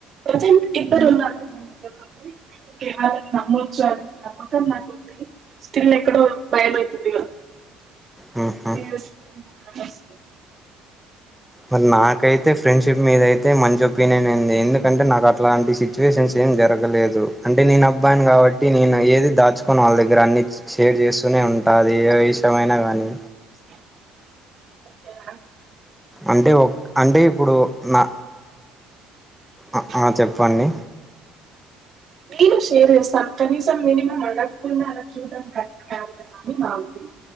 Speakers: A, on the right; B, in the centre.
A: ప్రజెంట్ ఇద్దరు ఉన్నారు నమ్మ వాళ్ళని నమ్మచ్చు అని నమ్మకం నాకు ఉంది స్టిల్ ఎక్కడో భయమైతుంది ఇగా
B: హుహు.
A: <unintelligible>
B: మరి నాకైతే ఫ్రెండ్షిప్ మీద అయితే అంటే మంచి ఒపీనియన్ ఉంది ఎందుకంటే నాకు అలాంటి సిచ్యువేషన్స్ ఏం జగలేదు అంటె నేను అబ్బాయిని కాబ కాబట్టి నేను ఏది దాచుకొని వాళ్ళ దగ్గర అన్ని షేర్ చేస్తూనే ఉంటా అది ఏ విషయమైనా గానీ
A: న ఓకేన
B: అంటే ఒక్ అంటే ఇప్పుడు నా అ ఆ
A: ఓకే
B: చెప్పండి
A: నేను షేర్ చేస్తా కనీసం మినిమం అడక్కుండా అలా చూడడం కరెక్ట్ కాదు కదా అని మాగుతు